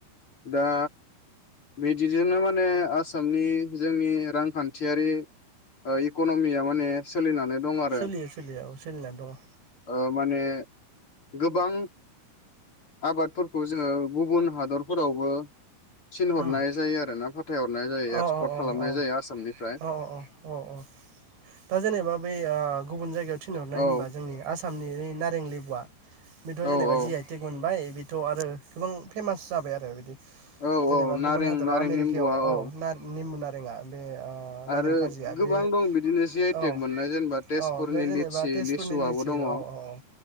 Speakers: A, on the left (about 30°); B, on the right (about 85°).
A: दा बिदि बिदिनो माने आसामनि जोंनि रांखान्थियारि ओ इक'न'मिया माने सोलिनानै दं आरो
B: सोलियो सोलियो औ सोलिनानै दङ'।
A: ओ माने गोबां आबादफोरखौ जोङो गुबुन हादरफोरावबो थिनहरनाय
B: उम
A: जायो फाथायहरनाय जायो
B: अ
A: एक्सपर्ट
B: अ
A: खालामनाय
B: अ
A: जायो आसामनि फ्राय
B: अ अ अ अ दा जेनेबा बै आ गुबुन जायगायाव थिनहरनाय
A: औ
B: होनबा जोंनि आसाम सामनि ओइ नारें लेबुआ बेथ'
A: औ
B: जेनेबा
A: औ
B: जि आइ टेग मोनबाय बि थ' आरो गोबां फेमास जाबाय आरो बिदि।
A: औ
B: जेनेबा
A: औ नारें
B: गुबुन हादराव
A: नारें
B: आमेरिकायाव
A: निम्बुआ
B: अ
A: औ
B: नार नेमुना नारेङा बे ओ नारें
A: आरो
B: खाजिया
A: गो
B: बे
A: बां दं बिदिनो जि आइ
B: औ
A: टेग मोननाय जेनेबा तेजपुरनि
B: औ बे जेनेबा
A: लिटसि
B: तेजपुरनि
A: लिसुआबो
B: लिसि
A: दङ'।
B: औ औ औ